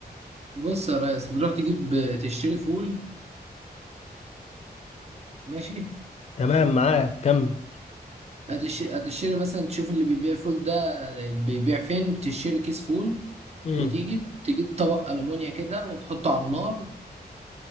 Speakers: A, on the right; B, on the left.
A: بص يا ريس تروح تجيب تشتري فول ماشي
B: تمام معاك كم
A: هتش- هتشتري مثلا تشوف اللي بيبيع الفول ده بيبيع فين تشتري كيس فول
B: امم
A: وتيجي تجيب طبق ألمونيا كده وتحطه على النار